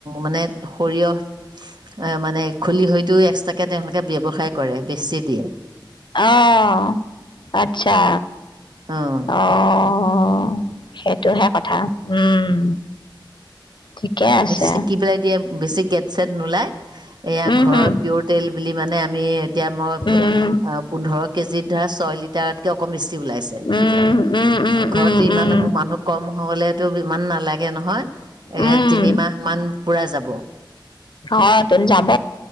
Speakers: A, on the right; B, on the left.
A: মানে, সৰিয়হ আ, মানে, খলিহৈতো এক্সট্ৰাকে তেওঁলোকে ব্যৱসায় কৰে। বেছি দিয়ে।
B: অ'। আচ্ছা,
A: অঁ
B: অ'। সেইটোহে কথা। উম। ঠিকে আছে
A: চেকি পেলাই দিয়ে, বেছি গেদ চেদ নোলায় এয়া
B: উম
A: ঘৰৰ
B: হম
A: পিয়ৰ তেল বুলি মানে আমি এতিয়া মই
B: উম
A: পোন্ধৰ কেজিত ধৰা ছয় লিটাৰত কৈ বেছি ওলাইছে। ‌
B: উম উম উম
A: ঘৰতে
B: উম
A: ইমান
B: উম
A: মোৰ মানুহ কম হ'লে তো ইমান নালাগে নহয়
B: উম
A: তিনিমাহমান পূৰা যাব ব।
B: অ' তোন যাব।